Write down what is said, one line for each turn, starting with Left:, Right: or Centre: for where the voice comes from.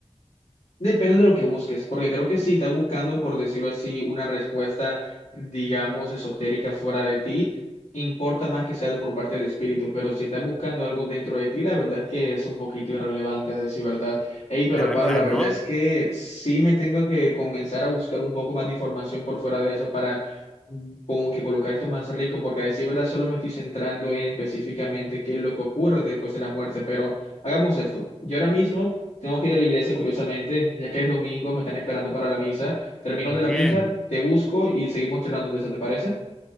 Left: Depende de lo que busques, porque creo que si estás buscando, por decirlo así, una respuesta, digamos, esotérica fuera de ti, importa más que sea por parte del espíritu, pero si estás buscando algo dentro de ti, la verdad es que es un poquito irrelevante, a decir verdad. hey pero
Centre: La verdad,
Left: Pablo, la verdad
Centre: ¿no?
Left: es que sí me tengo que comenzar a buscar un poco más de información por fuera de eso para mm, como que colocar esto más rico, porque a decir verdad solo me estoy centrando en específicamente qué es lo que ocurre después de la muerte, pero hagamos esto. Yo ahora mismo... Tengo que ir a la iglesia, curiosamente, ya que es domingo, me están esperando para la misa. Termino
Centre: Bien,
Left: de la misa, te busco y seguimos charlando de eso, ¿te parece?